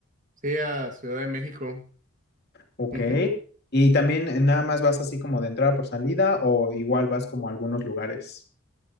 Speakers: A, on the right (about 35°); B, on the left (about 50°).
A: Sí, a Ciudad de México.
B: Ok.
A: Ujú.
B: Y también eh, nada más vas así como de entrada por salida o igual vas como a algunos lugares.